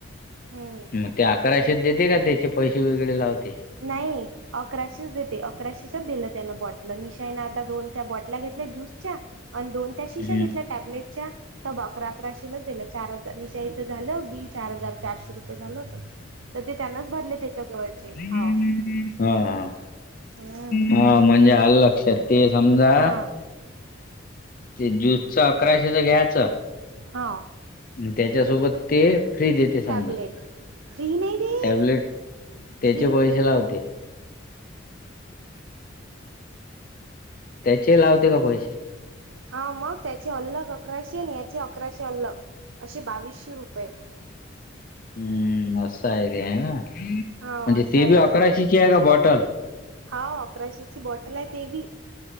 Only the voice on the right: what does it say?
हम्म.
नाही. अकराशेच देते अकराशेचच दिलं त्यान बॉटला निशाईने आता दोन त्या बॉटल्या घेतल्या ज्यूसच्या अन् दोन त्या शिश्या
घेतल्या टॅब्लेटच्या तर अकरा अकराशेलाच दिल्या चार तनिशाईचं झालं बिल चार हजार चारशे रुपये झालं तर ते त्यांनाच भरले त्याच्या जवळचे
हाव
हम्म
हा
हा
टॅबलेट फ्री नाही दे
फ्री
हा मग त्याचे अलग अकराशे आणि याचे अकराशे अलग असे बावीसशे रुपये.
हाव असं
आहे
हाव, अकराशे ची बॉटल आहे ते बी.